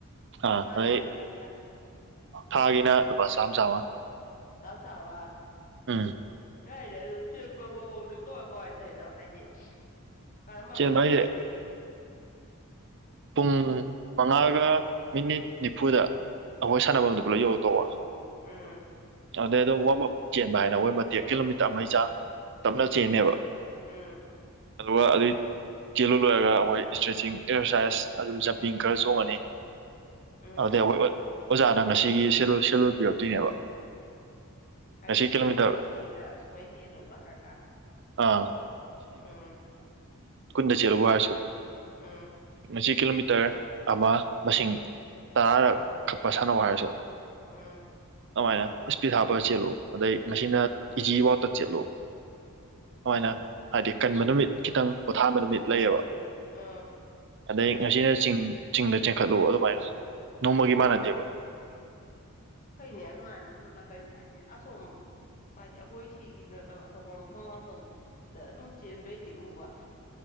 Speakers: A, on the right; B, on the left.
A: ꯑꯥ
B: ꯊꯥꯥꯏꯅꯒ
A: ꯑꯗꯩ
B: ꯌꯥ
A: ꯊꯥꯒꯤꯅ ꯂꯨꯄꯥ ꯆꯥꯝꯃ ꯆꯥꯝꯃ
B: ꯇꯞ ꯆꯕ
A: ꯎꯝ
B: ꯀꯅꯦ ꯑꯗꯨ ꯆꯦꯟꯕ ꯃꯑꯣꯡꯅꯦ ꯀ ꯀ ꯍꯥꯏ ꯇꯩꯅꯣ ꯍꯥꯏꯗꯤ ꯀꯔꯝꯕ
A: ꯆꯦꯟꯕ
B: ꯃꯇꯝꯗꯗꯩꯗꯤ
A: ꯍꯥꯏꯁꯦ ꯄꯨꯡ ꯃꯉꯥꯒ ꯃꯤꯅꯤꯠ ꯅꯤꯐꯨꯗ ꯑꯩꯈꯣꯏ ꯁꯥꯟꯅꯐꯝꯗ ꯄꯨꯂꯞ ꯌꯧꯔꯛꯇꯧꯕ
B: ꯎꯝ
A: ꯑꯗꯩ ꯑꯗꯨꯝ ꯋꯥ ꯆꯦꯟꯕ ꯍꯥꯏꯅ ꯑꯩꯋꯣꯏ ꯃꯇꯦꯛ ꯀꯤꯂꯣꯃꯤꯇꯔ ꯃꯩ ꯆꯥ ꯇꯞꯅ ꯆꯦꯟꯅꯦꯕ
B: ꯎꯝ
A: ꯑꯗꯨꯒ ꯑꯗꯨꯒꯤ ꯆꯦꯜꯂꯨ ꯂꯣꯏꯔꯒ ꯑꯩꯈꯣꯏ ꯏꯁꯇ꯭ꯔꯦꯠꯆꯤꯡ ꯑꯦꯛꯁꯔꯁꯥꯏꯁ ꯑꯗꯨꯝ ꯖꯄꯡ ꯈꯔ ꯆꯣꯡꯉꯅꯤ
B: ꯎꯝ
A: ꯑꯗꯨꯗ ꯍꯈꯣꯏ ꯑꯣꯖꯥꯅ ꯉꯁꯤꯒꯤ ꯁꯦꯂꯣꯜ ꯄꯤꯔꯛꯇꯣꯏꯅꯦꯕ
B: ꯍꯥꯏꯗꯤ
A: ꯉꯁꯤ
B: ꯁꯤ
A: ꯀꯤꯂꯣꯃꯤꯇꯔ
B: ꯃꯇꯝꯁꯤꯗ ꯁꯨꯃꯥꯏ ꯆꯦꯜꯂꯨ ꯍꯥꯏꯔꯒ
A: ꯑꯥ
B: ꯎꯝ
A: ꯁ꯭ꯀꯨꯟꯗ ꯆꯦꯂꯨꯕꯨ ꯍꯥꯏꯔꯁꯨ
B: ꯑ
A: ꯁꯤ ꯀꯤꯂꯣꯃꯤꯇꯔ ꯑꯃ ꯃꯁꯤꯡ ꯇꯔꯥꯔ ꯀꯛꯄ ꯁꯥꯟꯅꯧ ꯍꯥꯏꯔꯁꯨ
B: ꯑꯥ
A: ꯑꯗꯨꯃꯥꯏꯅ ꯏꯁꯄꯤꯠ ꯍꯥꯞꯄꯒ ꯆꯦꯜꯂꯨ ꯑꯗꯩ ꯉꯁꯤꯅ ꯏꯤꯖꯤ ꯋꯥꯎꯇ ꯆꯦꯜꯂꯨ ꯑꯗꯨꯃꯥꯏꯅ ꯍꯥꯏꯗꯤ ꯀꯟꯕ ꯅꯨꯃꯤꯠ ꯈꯤꯇꯪ ꯄꯣꯊꯥꯕ ꯅꯨꯃꯤꯠ ꯂꯩꯌꯦꯕ
B: ꯑꯥ
A: ꯑꯗꯩ ꯉꯁꯤꯅ ꯆꯤꯡ ꯆꯤꯡꯗ ꯆꯤꯡꯈꯠꯂꯨ ꯑꯗꯨꯃꯥꯏꯅ ꯅꯣꯡꯃꯒꯤ
B: ꯑꯣ
A: ꯃꯥꯟꯅꯗꯦꯕ
B: ꯐꯩꯅꯦ ꯑꯗꯨꯃꯥꯏꯅ ꯈꯪꯒꯗꯣꯏꯅꯤ ꯍꯥꯏꯗꯤ ꯑꯁꯣꯝ ꯍꯥꯏꯗꯤ ꯑꯩꯈꯣꯏ ꯁꯤꯒꯤ ꯅꯠꯇꯕ ꯑꯇꯣꯞꯄ ꯃꯐꯝ ꯑꯁꯣꯝꯗ ꯑꯗꯨꯝ ꯆꯦꯟꯕꯩꯗꯤ ꯎꯕ